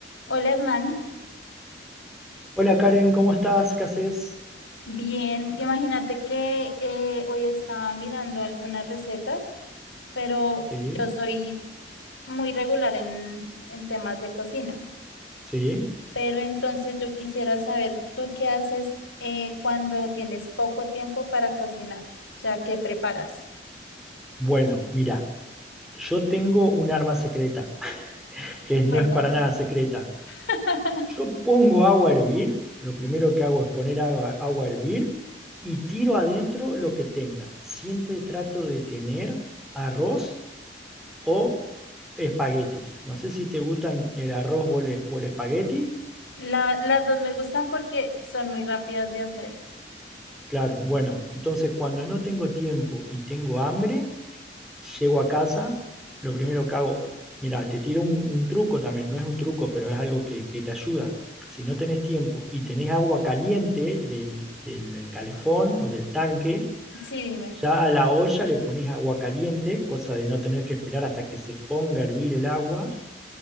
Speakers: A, on the left; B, in the centre.
A: Hola Hernán,
B: Hola Karen, ¿cómo estás? ¿Qué haces?
A: bien, imagínate que eh, hoy estaba mirando algunas recetas, pero
B: Sí,
A: yo soy muy regular en, en temas de cocina,
B: sí.
A: pero entonces yo quisiera saber, ¿tú qué haces eh, cuando tienes poco tiempo para cocinar? O sea, ¿qué preparas?
B: Bueno, mira, yo tengo un arma secreta, <laughs> que no
A: Cuéntame.
B: es para nada secreta.
A: <laughs>
B: Yo pongo agua a hervir, lo primero que hago es poner agua, agua a hervir y tiro adentro lo que tenga. Siempre trato de tener arroz o espaguetis. No sé si te gustan el arroz o el, o el espagueti.
A: La- las dos me gustan porque son muy rápidas de hacer.
B: Claro, bueno, entonces cuando no tengo tiempo y tengo hambre... Llego a casa, lo primero que hago, mira, te tiro un, un truco también, no es un truco, pero es algo que, que te ayuda. Si no tenés tiempo y tenés agua caliente del, del- del calefón o del tanque,
A: Sí, dime.
B: ya a la olla le pones agua caliente, cosa de no tener que esperar hasta que se ponga a hervir el agua,